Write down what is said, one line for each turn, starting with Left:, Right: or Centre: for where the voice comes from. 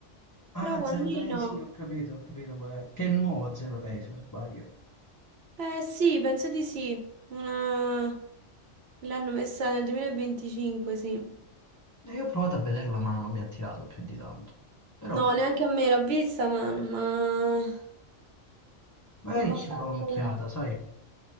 Left: Ah,
Right: però One
Left: Zero
Right: Day
Left: Day,
Right: no.
Left: sì, ho capito, ho capito qual è. Che è nuovo Zero Day se non sbaglio.
Right: Eh sì, penso di sì. Una... L'hanno messa nel 2025, sì.
Left: E io ho provato a vederla ma non mi ha attirato più di tanto. Però
Right: No,
Left: boh,
Right: neanche a me l'ho vista, ma non m'ha
Left: magari
Right: non m'ha
Left: ci
Right: fatto...
Left: darò un'occhiata, sai?